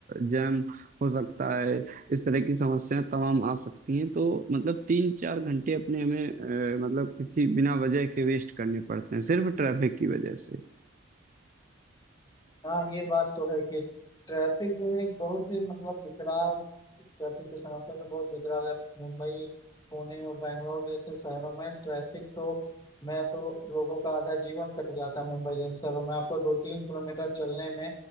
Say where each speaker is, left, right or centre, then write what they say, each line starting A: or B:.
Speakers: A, on the right; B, on the left.
A: जैम हो सकता है इस तरह की समस्याएं तमाम आ सकती हैं तो मतलब तीन चार घंटे अपने हमें अ, मतलब किसी बिना वजह के वेस्ट करने पड़ते हैं सिर्फ ट्रैफिक की वजह से
B: हाँ ये बात तो है कि ट्रैफिक जो है एक बहुत ही मतलब विकराल ट्रैफिक की समस्या भी बहुत विकराल है मुंबई पुणे और बेंगलोर जैसे शहरों में ट्रैफिक तो मैं तो लोगों का आधा जीवन कट जाता है मुंबई जैसे शहरों में आपको दो तीन किलोमीटर चलने में